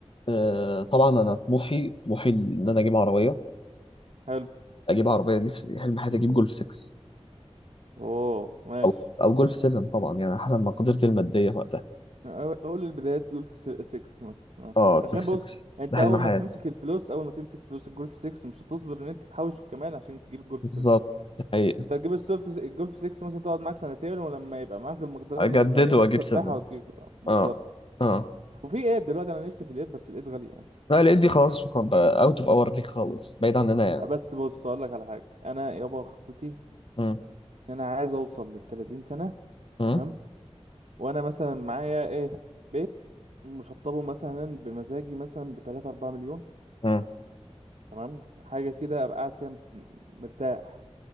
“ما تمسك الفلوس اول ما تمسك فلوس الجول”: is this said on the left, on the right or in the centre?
Right